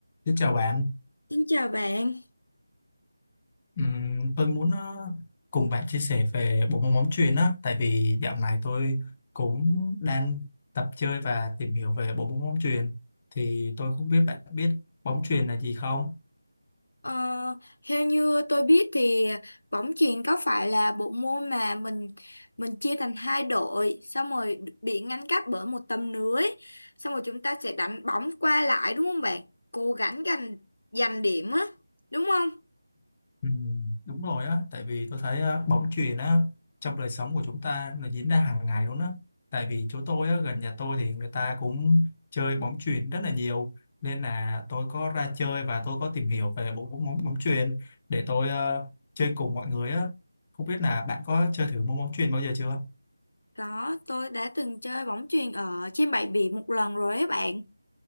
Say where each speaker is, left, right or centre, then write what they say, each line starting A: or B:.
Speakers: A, on the left (about 25°); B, on the left (about 80°).
A: Xin chào bạn,
B: Xin chào bạn.
A: Ừm, tôi muốn ờ, cùng bạn chia sẻ về bộ môn bóng chuyền á, tại vì dạo này tôi cũng đang tập chơi và tìm hiểu về bộ môn bóng chuyền, thì tôi không biết bạn biết bóng chuyền là gì không?
B: Ờ, theo như tôi biết thì bóng chuyền có phải là bộ môn mà mình mình chia thành hai đội, xong rồi bị ngăn cách bởi một tấm lưới, xong rồi chúng ta sẽ đánh bóng qua lại đúng không bạn? Cố gắng giành giành điểm á, đúng không?
A: Ừ, đúng rồi á, tại vì tôi thấy á, bóng chuyền á trong đời sống của chúng ta nó diễn ra hàng ngày luôn á. Tại vì chỗ tôi á, gần nhà tôi thì người ta cũng chơi bóng chuyền rất là nhiều nên là tôi có ra chơi và tôi có tìm hiểu về bộ môn bóng bóng chuyền để tôi ờ, chơi cùng mọi người á. Không biết là bạn có chơi thử môn bóng chuyền bao giờ chưa?
B: có tôi đã từng chơi bóng chuyền ở trên bãi biển một lần rồi ấy bạn.